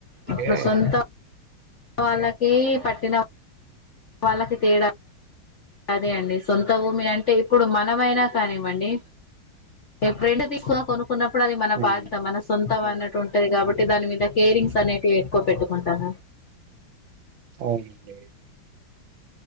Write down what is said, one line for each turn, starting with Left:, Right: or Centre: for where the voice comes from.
Right: అందుకే
Left: ఇప్పుడు సొంత వాళ్ళకి పట్టిన వాళ్ళకి తేడా అదే అండి సొంత భూమి అంటే ఇప్పుడు మనమైనా కానివ్వండి ఏ ఫ్రెండ్ <unintelligible> తీసుకు కొనుకున్నప్పుడు అది మన
Right: అవును
Left: బాధ్యత మన సొంతం అన్నట్ అట్లుంటది కాబట్టి దాని మీద కేరింగ్స్ అనేటివి ఎక్కువ పెట్టుకుంటాన
Right: అవునండి